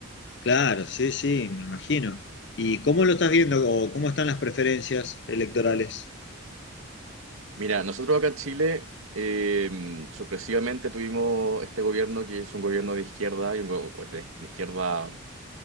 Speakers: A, on the left (about 55°); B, on the right (about 80°).
A: Claro, sí, sí, me imagino. ¿Y cómo lo estás viendo o cómo están las preferencias electorales?
B: Mira, nosotros acá en Chile, eh, sorpresivamente tuvimos este gobierno que es un gobierno de izquierda y un go- pues de, de izquierda